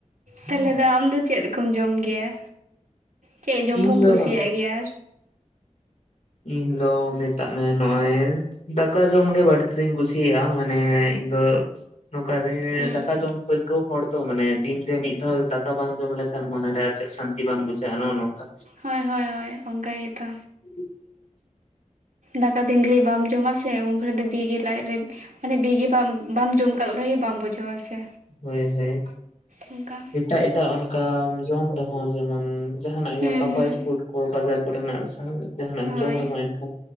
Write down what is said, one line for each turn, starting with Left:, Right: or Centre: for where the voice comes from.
Right: ᱛᱟᱦᱚᱞᱮ ᱫᱚ ᱟᱢ ᱫᱚ ᱪᱮᱫ ᱠᱚᱢ ᱡᱚᱢ ᱜᱮᱭᱟ ᱪᱮᱫ ᱡᱚᱢ
Left: ᱤᱧ
Right: ᱠᱚᱢ
Left: ᱫᱚ
Right: ᱠᱩᱥᱤᱭᱟᱜ ᱜᱮᱭᱟ?
Left: ᱤᱧ ᱫᱚ ᱢᱮᱛᱟᱜ ᱢᱮ ᱱᱚᱜ-ᱚᱭ, ᱫᱟᱠᱟ ᱡᱚᱢ ᱜᱮ ᱵᱟᱹᱲᱛᱤ ᱫᱩᱧ ᱠᱩᱥᱤᱭᱟᱜᱼᱟ ᱢᱟᱱᱮ ᱤᱧ ᱫᱚ ᱱᱚᱠᱟ ᱨᱮᱸ
Right: ᱦᱩᱸ
Left: ᱫᱟᱠᱟ ᱡᱚᱢ ᱯᱟᱹᱨᱠᱟᱹᱣ ᱦᱚᱲ ᱛᱚ ᱢᱟᱱᱮ ᱫᱤᱱᱨᱮ ᱢᱤᱫ ᱫᱷᱟᱣ ᱫᱟᱠᱟ ᱵᱟᱝ ᱡᱚᱢ ᱞᱮᱠᱷᱟᱱ ᱢᱚᱱᱮᱨᱮ ᱟᱨ ᱪᱮᱫ ᱥᱟᱱᱛᱤ ᱵᱟᱝ ᱵᱩᱡᱷᱟᱹᱜᱼᱟ ᱱᱚᱜᱼᱚ ᱱᱚᱠᱟ᱾
Right: ᱦᱳᱭ ᱦᱳᱭ ᱦᱳᱭ ᱚᱝᱠᱟ ᱜᱮᱛᱚ᱾
Left: <inaudible>
Right: ᱫᱟᱠᱟ ᱛᱤᱱ ᱜᱷᱟᱹᱲᱤᱡ ᱵᱟᱢ ᱡᱚᱢᱟ ᱥᱮ ᱩᱱ ᱜᱷᱟᱹᱲ ᱫᱚ ᱵᱤᱜᱤ ᱞᱟᱡ ᱨᱮ ᱢᱟᱱᱮ ᱵᱤᱜᱤ ᱵᱟᱢ ᱵᱟᱢ ᱡᱚᱢ ᱠᱟᱜ ᱞᱮᱠᱟ ᱜᱮ ᱵᱟᱢ ᱵᱩᱡᱷᱟᱹᱣᱟ ᱥᱮ᱾
Left: ᱦᱳᱭ ᱦᱳᱭ
Right: ᱚᱱᱠᱟ
Left: ᱮᱴᱟᱜ ᱮᱴᱟᱜ ᱚᱱᱠᱟᱢ ᱡᱚᱢ ᱨᱮᱦᱚᱸ ᱡᱮᱢᱚᱱ ᱡᱟᱦᱟᱸᱱᱟᱜ ᱜᱮ
Right: ᱦᱩᱸ
Left: ᱚᱱᱠᱟ ᱯᱷᱟᱨᱥᱯᱷᱩᱴ
Right: ᱦᱩᱸ
Left: ᱠᱚ ᱵᱟᱡᱟᱨ ᱠᱚᱨᱮᱱᱟᱜ ᱥᱟᱶ ᱡᱟᱦᱟᱸᱱᱟᱜ ᱮᱢ
Right: ᱦᱳᱭ
Left: ᱡᱚᱢ ᱨᱮᱦᱚᱸ ᱮᱱᱠᱷᱟᱱ